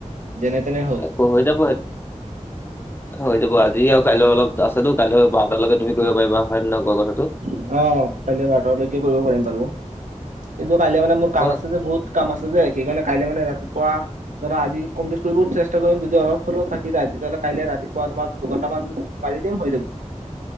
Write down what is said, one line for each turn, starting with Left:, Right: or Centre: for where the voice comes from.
Right: যেনে তেনে হ
Left: একো হৈ যাব আজি, হৈ যাব আজি কাইলৈ অলপ আছেতো, কাইলৈ বাৰটালৈকে তুমি কৰিব পাৰিবা হয় নে নহয়, কোৱা কথাটো?
Right: অ', কাইলৈ বাৰতালৈকে কৰিব পাৰিম বাৰু কিন্তু কাইলৈ মানে মোৰ কাম
Left: অ,
Right: আছে যে বহুত। কাম আছে যে সেইকাৰণে কাইলে মানে ৰাতিপুৱা ধৰা আজি কমপ্লিট কৰিব চেষ্টা কৰিম, যদি অলপ-চলপ থাকি যায় তেতিয়াহলে কাইলে ৰাতিপুৱা তোমাক দুঘণ্টামান মাৰি দিম হৈ যাব।